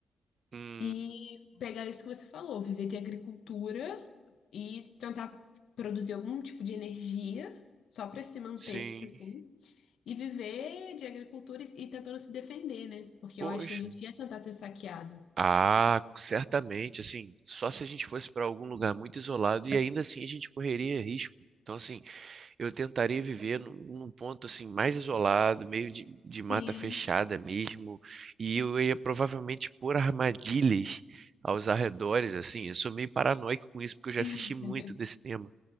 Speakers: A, on the right; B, on the left.
A: Hum,
B: e pegar isso que você falou, viver de agricultura e tentar produzir algum tipo de energia só para se manter,
A: sim.
B: assim, e viver de agricultura e e tentando se defender, né? Porque
A: Poxa.
B: eu acho que a gente ia tentar ser saqueado.
A: Ah, certamente, assim, só se a gente fosse para algum lugar muito isolado e ainda assim a gente correria risco. Então, assim, eu tentaria viver num, num ponto assim mais isolado, meio de, de mata
B: Sim.
A: fechada mesmo, e eu ia provavelmente pôr armadilhas aos arredores, assim. Eu sou meio paranoico com isso porque eu já
B: <laughs>
A: assisti muito desse tema,